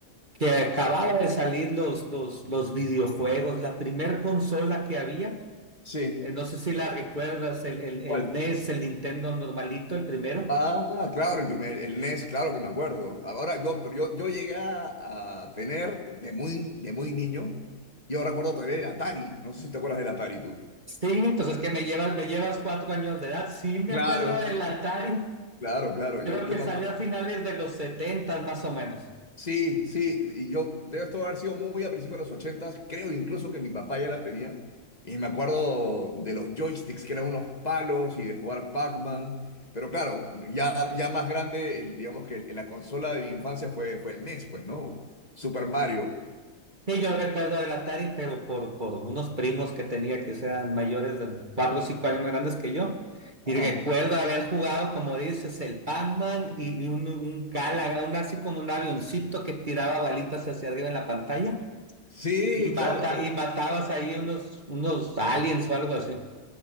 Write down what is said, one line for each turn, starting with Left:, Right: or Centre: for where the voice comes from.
Right: que acababa de salir los, los, los videojuegos, la primer consola que había,
Left: Sí.
Right: eh, no sé si la recuerdas, el, el,
Left: ¿Cuál?
Right: el NES, el Nintendo normalito, el primero.
Left: Ah, claro, el primer, el NES, claro que me acuerdo. Ahora yo, pero yo, yo llegué a, a tener de muy, de muy niño, yo recuerdo todavía el Atari. No sé si te acuerdas del Atari tú.
Right: Sí, entonces que me llevas, me llevas cuatro años de edad. Sí, me
Left: Claro,
Right: acuerdo del Atari.
Left: Claro, claro,
Right: Creo
Left: yo, yo
Right: que
Left: me
Right: salió
Left: acu-
Right: a finales de los 70 más o menos.
Left: Sí, sí, y yo, debe esto haber sido muy a principios de los ochentas, creo incluso que mi papá ya la tenía, y me acuerdo de los joysticks, que eran unos palos, y de jugar Pac-Man, pero claro, ya, ya más grande, el- digamos que el- la consola de mi infancia fue, fue el NES, pues, ¿no? Super Mario.
Right: Sí, yo recuerdo del Atari, pero por, por unos primos que tenía que eran mayores de 4 o 5 años más grandes que yo. Y
Left: Ajá.
Right: recuerdo haber jugado, como dices, el Pac-Man y, y un, un Galaga, un así como un avioncito que tiraba balitas hacia arriba en la pantalla.
Left: Sí,
Right: Y, mata,
Left: claro. claro.
Right: y matabas ahí unos, unos aliens o algo así.